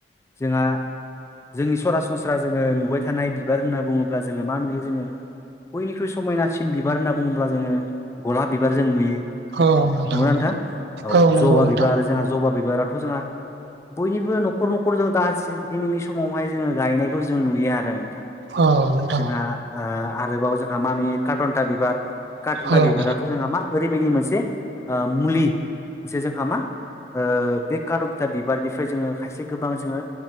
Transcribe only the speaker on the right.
औ नोंथां औ
नंगौ
नोंथां
औ नोंथां
औ औ